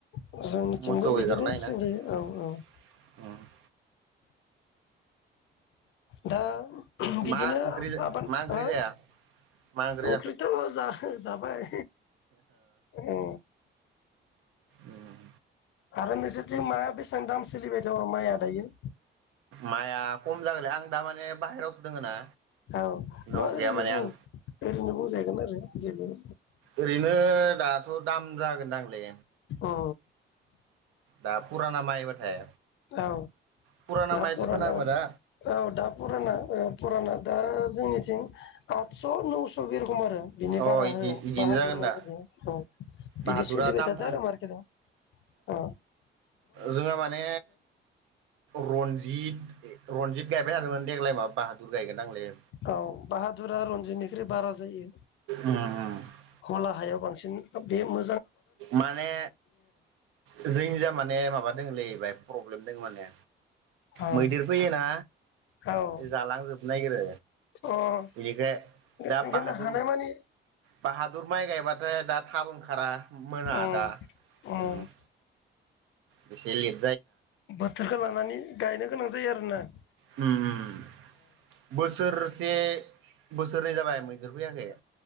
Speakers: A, on the left; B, on the right.
A: जोंनिथिंबो
B: मोसौ
A: बिदिनो
B: एगारना
A: सोलियो
B: ना होयोना
A: औ औ
B: उम ।
A: दा बिदिनो
B: मा ओंख्रि
A: आबाद
B: मा ओंख्रि
A: आ
B: जाया मा ओंख्रि
A: ओंख्रिथ' जा जाबाय। औ
B: ओम।
A: आरो नोंसोरथिं माया बेसां दाम सोलिबाय दं माइआ दायो?
B: माया खम जागोनलै आं दा माने बाहेरावसो दोङो ना?
A: औ
B: न'आव
A: नङा
B: गैया
A: ओरैनो
B: माने
A: बुं
B: आं
A: ओरैनो बुंजाहैगोन आरो। जेबो
B: ओरैनो दाथ दाम जागोनदांलै
A: अ
B: दा फुराना माइबाथाय
A: औ
B: फुराना
A: दा
B: माइसो
A: पुराना
B: फाना होमबा दा
A: औ दा पुराना औ पुराना दा जोंनिथिं आत <unintelligible> खम आरो बिनि
B: अ
A: बारा
B: इदि
A: होआ
B: इदिनो
A: बाहादुरमायफोर
B: जागोन दा
A: औ। बिदि
B: बाहादुरा
A: सोलिबाय
B: दाम
A: थादों आरो मारकेटआव औ।
B: जोंङो माने रनजित ए ओ रनजित गायबाय <unintelligible> देग्लाय मा बाहादुर गायगोन आंलाय।
A: औ बाहादुरा रन्जितनिख्रुइ बारा जायो
B: ओमफ्राय
A: हला हायाव बांसिन बे मु
B: माने जोंनि जा माने माबा । <unintelligible> प्रब्लेम दं माने।
A: आरो
B: मैदेर फैयोना
A: औ
B: जालांजोबनो नागिरो
A: औ
B: बेनिखाय दा
A: अ
B: बाहादुर
A: हानाय मानि
B: बाहादुर माइ गायबाथाय दा थाब ओंखारा। मोना
A: उम
B: दा
A: उम
B: ओम इसे लिर
A: बोथोरखौ लानानै गायनो गोनां जायो आरोना ।
B: उम्म उम्म बोसो बोसोरसे बोसोरनै जाबाय मैदेर फैयाखै ।